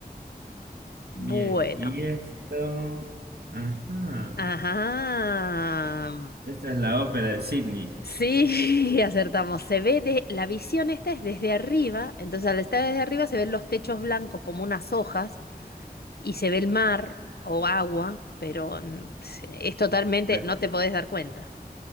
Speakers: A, on the right (about 85°); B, on the left (about 75°).
A: Bien,
B: Bueno.
A: y esto... Ajá.
B: Ajá.
A: Esta es la ópera de Sydney.
B: Sí, <laughs> acertamos. Se ve de, la visión esta es desde arriba, entonces al estar desde arriba se ven los techos blancos como unas hojas y se ve el mar o agua, pero mm, es totalmente,
A: La-
B: no te podés dar cuenta.